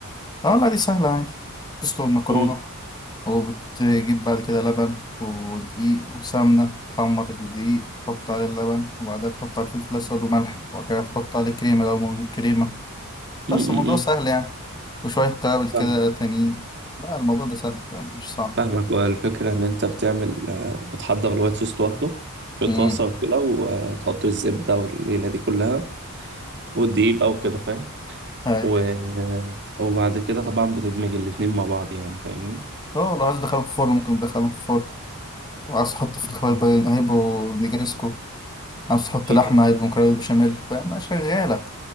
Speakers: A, on the left; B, on the right.
A: اه لا دي سهلة عادي تسلق المكرونة
B: مم.
A: وبتجيب بعد كده لبن ودقيق وسمنة تحمر الدقيق تحط عليه اللبن وبعدها تحط عليه الفلفل الأسود وملح وبعد كده تحط عليه كريمة لو موجود كريمة بس
B: مم،
A: الموضوع
B: مم،
A: سهل يعني وشوية توابل كده
B: مم.
A: تانيين لا الموضوع ده سهل يعني مش صعب
B: فاهمك هو الفكرة إن أنت بتعمل آه، بتحضر الوايت صوص لوحده في
A: امم
B: طاسة وكده وتحط الزبدة والليلة دي كلها والدقيق بقى وكده فاهم
A: هاي
B: و... وبعد كده طبعا بتدمج الاتنين مع بعض يعني فاهمني
A: اه لو عايز تدخلهم في الفرن ممكن تدخلهم في الفرن وعايز تحط في الخبايب
B: مم.
A: هيبقوا نجريسكو عايز تحط
B: في
A: لحمة
B: ايه
A: هيبقوا مكرونة بشاميل فاهم شغالة